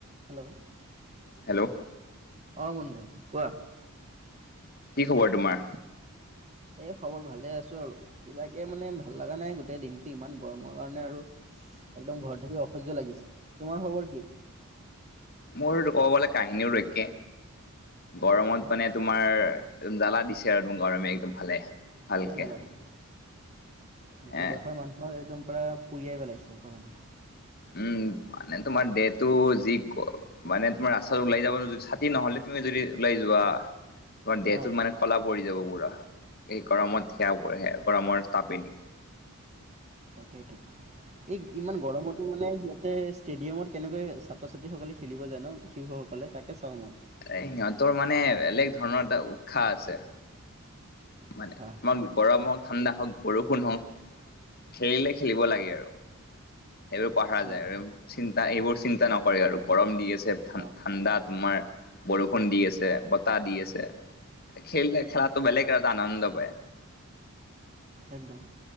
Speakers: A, on the right; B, on the left.
A: Hello.
B: Hello
A: অ বন্ধু কোৱা।
B: কি খবৰ তোমাৰ?
A: এই খবৰ ভালে আছোঁ আৰু, কিবাকে মানে ভাল লগা নাই, গোটেই দিনটো ইমান গৰমৰ কাৰণে আৰু একদম ঘৰত থাকি অসহ্য লাগিছে। তোমাৰ খবৰ কি?
B: মোৰ ক'বলে কাহিনীও একে। গৰমত
A: অ
B: মানে তোমাৰ একম জ্বালা দিছে আৰু গৰমে একদম ভালে।
A: গোটেই
B: ভালকে।
A: জ্বালা দিছে,
B: এ
A: গোটেই দেশৰ মানুহৰ একদম পৰা পুৰিয়াই পেলাইছে গৰম
B: উম মানে তোমাৰ দেহটো যি মানে তোমাৰ ৰাস্তা ওলাই যাব নো ছাতি নহলে তুমি যদি ওলাই যোৱা তোমাৰ দেহটোত
A: অ
B: মানে কলা পৰি যাব পুৰা এই গৰমত সেয়া গৰমৰ তাপনি
A: সেইটো এই ইমান গৰমতো মানে ইহতে ষ্টেডিয়ামৰ কেনেকৈ ছাত্ৰ ছাত্ৰীসকলে খেলিব জানো শিশুসকলে তাকে চাওঁ মই।
B: সিহঁতৰ মানে বেলেগ ধৰণৰ এটা উৎসাহ আছে, মানে
A: হা
B: তোমাক গৰম ঠাণ্ডা হওক, বৰষুণ হওক খেলিলে খেলিব লাগে আৰু। সেইবোৰ পহাৰা যায়
A: একদম
B: আৰু চিন্তা এইবোৰ চিন্তা নকৰে আৰু। গৰম দি আছে,
A: অ
B: ঠাণ্ডা তোমাৰ বৰষুণ দি আছে, বতাহ দি আছে, খেল খেলাটো বেলেগ এটা আনন্দ পায়।
A: একদম